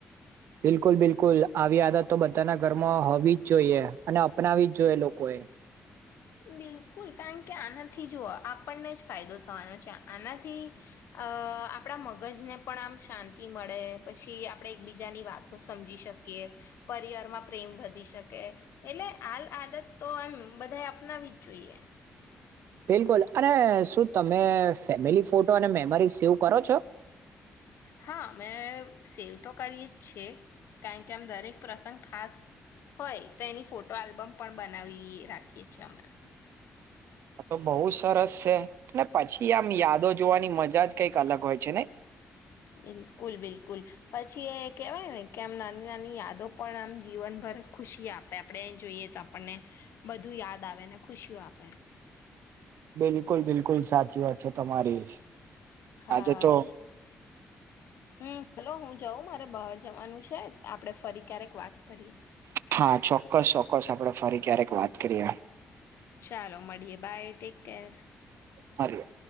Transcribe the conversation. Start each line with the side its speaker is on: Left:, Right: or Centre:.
Right: બિલકુલ બિલકુલ આવી આ હતા તો બધાના ઘરમાં હોવી જ જોઈએ અને અપનાવી જ જોઈએ લોકોએ.
Left: બિલકુલ કારણ કે આનાથી જુઓ આપણને જ ફાયદો થવાનો છે. આનાથી અ આપણા મગજને પણ આમ શાંતિ મળે પછી આપણે એકબીજાની વાતો સમજી શકીએ પરિવારમાં પ્રેમ વધી શકે એટલે હાલ આદત તો એમ બધા. અનાવી જ જોઈએ.
Right: બિલકુલ અને શું તમે ફેમિલી ફોટો અને મેમોરી સેવ કરો છો?
Left: હા મેં સેવ તો કરીએ જ છે. કારણ કે આમ દરેક પ્રસંગ ખાસ હોય તો એની ફોટો આલ્બમ. પણ બનાવી રાખીએ છીએ અમે.
Right: આ તો બહુ સરસ છે પછી આમ યાદો જોવાની મજા જ કઈક અલગ હોય છે ને.
Left: બિલકુલ બિલકુલ પછી એ કેહેવાય ને કે આમ નાની નાની યાદો પણ આમ જીવનભર ખુશી આપે આપણેે એ જોઈએ તો આપણને બધું યાદ આવે ને ખુશીઓ આપે.
Right: બિલકુલ બિલકુલ સાચી વાત છે તમારી.
Left: હા
Right: આજે તો
Left: હમ્મ. હલો હું જાઉં મારે બહાર જવાનું છે આપડે ફરી ક્યારેક વાત કરીએ.
Right: હા ચોક્કસ ચોક્કસ આપડ ફરી ક્યારેક વાત કરીએ.
Left: ચાલો મળડીએ. Bye take care.
Right: મારી.